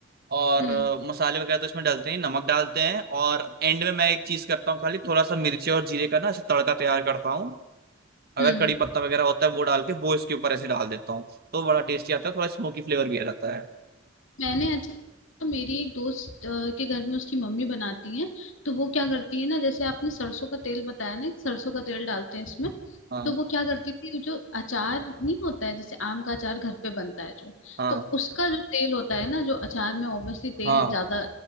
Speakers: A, on the right (about 50°); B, on the left (about 75°).
A: और
B: हम्म
A: अ, मसाले वगैरह तो इसमें डालते हैं नमक डालते हैं और एंड में मैं एक चीज करता हूँ खाली थोड़ा सा मिर्ची और जीरे का ना ऐसे तड़का तैयार करता हूँ अगर
B: हम्म
A: कड़ी पत्ता वगैरह होता है वो डाल के वो इसके ऊपर ऐसे डाल देता हूँ तो बड़ा टेस्टी आता है थोड़ा स्मोकी फ्लेवर भी आ जाता है
B: मैंने अच्छा तो मेरी एक दोस्त अ, के घर में उसकी मम्मी बनाती हैं तो वो क्या करती है ना जैसे आपने सरसों का तेल बताया ना कि सरसों का तेल डालते हैं इसमें
A: हाँ
B: तो वो क्या करती थी वो जो अचार नहीं होता है जैसे आम का अचार घर पे बनता है जो
A: हाँ
B: तो उसका जो तेल होता है ना जो अचार में ऑब्वियसली तेल
A: हाँ
B: ज्यादा